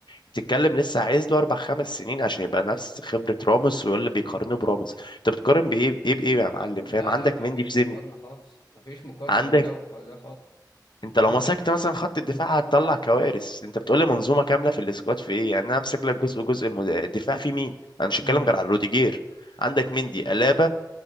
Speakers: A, on the left; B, on the left.
A: بتتكلم لسه عايز له اربع خمس سنين عشان يبقى نفس خبره راموس ويقول اللي بيقارنه براموس انت بتقارن بايه بايه بايه يا معلم
B: لا
A: فاهم عندك
B: لا
A: مندي
B: مفيش
A: في
B: مقارنة
A: ذمه
B: خالص مفيش مقارنة
A: عندك
B: بين ده وده
A: انت لو مسكت مثلا خط الدفاع هتطلع كوارث انت بتقول لي منظومه كامله في الاسكواد في ايه يعني انا امسك لك جزء جزء المد... الدفاع في مين انا مش هتكلم
B: خالص
A: غير عن روديجير عندك مندي الابا